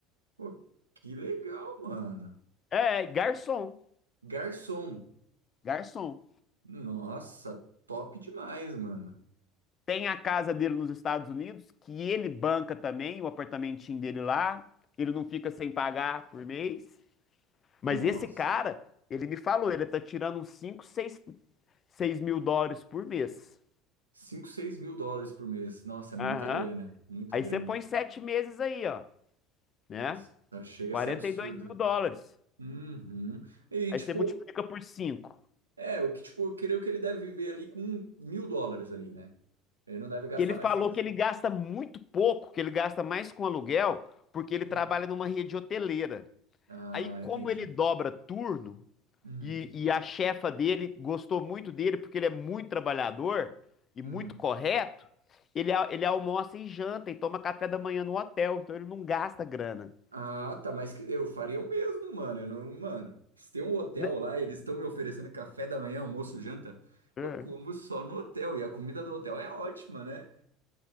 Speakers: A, on the right; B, on the left.
A: Pô, que legal, mano.
B: É, garçom.
A: Garçom.
B: Garçom.
A: Nossa, top demais, mano.
B: Tem a casa dele nos Estados Unidos, que ele banca também, o apartamentinho dele lá. Ele não fica sem pagar por mês. Mas
A: Nossa.
B: esse cara, ele me falou, ele tá tirando uns 5, seis, seis mil dólares por mês.
A: cinco, seis mil dólares por mês. Nossa, é muita
B: Aham.
A: grana. Muita
B: Aí
A: grana.
B: você põe sete meses aí, ó, né?
A: Nossa, chega
B: 42
A: a ser absurdo.
B: mil dólares.
A: Uhum. E
B: Aí
A: tipo,
B: você multiplica por 5.
A: é, o que tipo, eu creio que ele deve viver ali com mil dólares ali, né? Ele não deve gastar
B: E ele falou
A: mais que isso.
B: que ele gasta muito pouco, que ele gasta mais com aluguel, porque ele
A: Hum.
B: trabalha numa rede hoteleira.
A: Ah,
B: Aí, como
A: entendi.
B: ele dobra turno,
A: Hum,
B: e, e a chefa dele gostou muito dele, porque ele é muito trabalhador e muito
A: hum.
B: correto, ele, a- ele almoça e janta e toma café da manhã no hotel, então ele não gasta grana.
A: Ah, tá, mas que- eu faria o mesmo, mano. Eu não, mano, se tem um hotel
B: Né?
A: lá, eles estão me oferecendo café da manhã, almoço, janta,
B: É.
A: eu como só no hotel. E a comida do hotel é ótima, né?